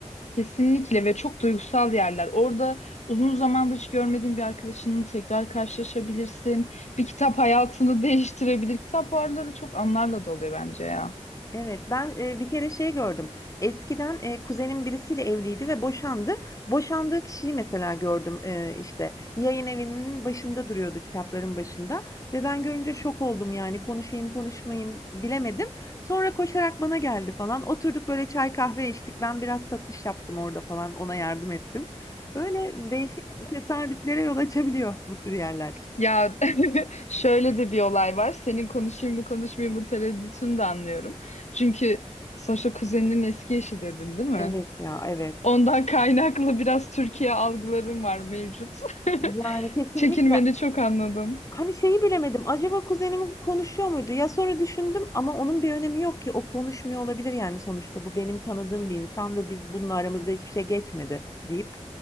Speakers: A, on the left; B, on the left.
A: Kesinlikle ve çok duygusal yerler. Orada uzun zamandır hiç görmediğin bir arkadaşınla tekrar karşılaşabilirsin. Bir kitap hayatını değiştirebilir. Kitap varları çok anlarla doluyor bence ya.
B: Evet, ben, eee, bir kere şey gördüm. Eskiden, eee, kuzenim birisiyle evliydi ve boşandı. Boşandığı kişiyi mesela gördüm, eee, işte, yayın evinin başında duruyordu, kitapların başında ve ben görünce şok oldum, yani, konuşayım, konuşmayayım bilemedim. Sonra koşarak bana geldi falan. Oturduk, böyle, çay kahve içtik. Ben biraz satış yaptım orada falan, ona yardım ettim. Öyle değişik tesadüflere yol açabiliyor bu tür yerler.
A: Ya <laughs> şöyle de bir olay var. Senin konuşayım mı konuşmayayım mı tereddütünü de anlıyorum. Çünkü sonuçta kuzeninin eski eşi dedin, değil mi?
B: Evet ya, evet.
A: Ondan kaynaklı biraz Türkiye algılarım var mevcut. <laughs>
B: Yani, kesinlikle
A: Çekinmeni çok anladım.
B: Hani şeyi bilemedim. Acaba kuzenim konuşuyor muydu? Ya sonra düşündüm ama onun bir önemi yok ki. O konuşmuyor olabilir yani sonuçta. Bu benim tanıdığım bir insan ve biz bunun aramızda hiçbir şey geçmedi deyip